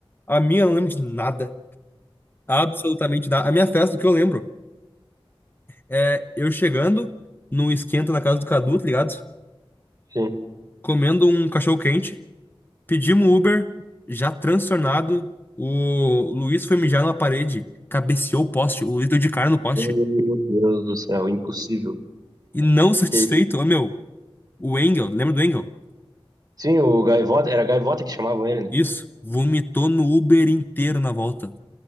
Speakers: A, on the left; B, on the right.
A: A minha eu não lembro de nada. Absolutamente nada. A minha festa, o que eu lembro, é eu chegando num esquenta na casa do Cadu, tá ligado?
B: Sim.
A: Comendo um cachorro quente. Pedimos um Uber, já transtornado. O Luiz foi mijar na parede, cabeceou o poste, o Luiz deu de cara no poste.
B: Meu Deus do céu, impossível.
A: E não satisfeito,
B: Que-
A: ô meu, o Engel, lembra do Engel?
B: Sim, o Gaivota, era Gaivota que chamavam ele,
A: Isso, vomitou no Uber inteiro na volta.